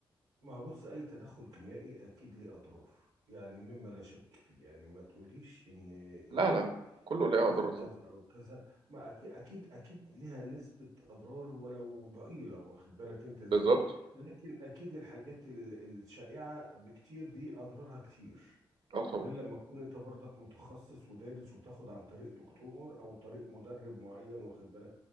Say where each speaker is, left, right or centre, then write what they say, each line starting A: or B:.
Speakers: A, on the right; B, on the right.
A: ما بص اي تدخل كيميائي اكيد ليه اضرار يعني مما لا شك فيه يعني ما تقوليش ان
B: لا
A: انت
B: لا كله ليه
A: تاخد
B: اضراره
A: كذا
B: طبعا
A: او كذا ما اكيد اكيد اكيد ليها نسبة اضرار ولو ضئيلة واخد بالك انت ازاي
B: بالظبط
A: لكن اكيد الحاجات ال- الشائعة بكتير دي اضرارها كتير
B: اه طبعا
A: غير لما تكون انت برضك متخصص ودارس وتاخد عن طريق دكتور او طريق مدرب معين واخد بالك